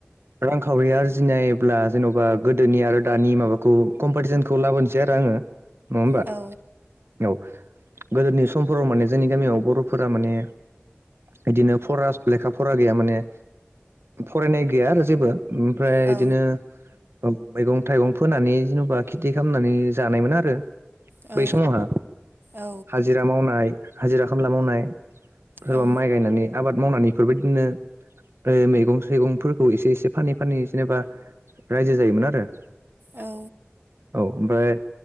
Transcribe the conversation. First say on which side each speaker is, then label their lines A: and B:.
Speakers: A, on the right (about 75°); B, on the right (about 60°).
A: रांखावरि आरजिनायब्ला जेन'बा गोदोनि आरो दानि माबाखौ कमफेटिसनखौ लाबोनोसै आरो आङो नङा होमबा
B: औ
A: औ गोदोनि समफोराव माने जोंनि गामियाव बर'फोरा माने बिदिनो फरास लेखा फरा गैया माने फरायनाय गैया आरो जेबो ओमफ्राय
B: औ
A: बिदिनो ओ मैगं थाइगं फोनानै जेनोबा खेथि खालामनानै जानायमोन आरो
B: औ
A: बै समहा
B: औ
A: हाजिरा मावनाय हाजिरा खामला मावनाय सोरबा
B: औ
A: माइ गायनानै आबाद मावनानै इफोरबायदिनो मैगं सौइगंफोरखौ एसे एसे फानै फानै जेनेबा रायजो जायोमोन आरो
B: औ
A: औ ओमफाइ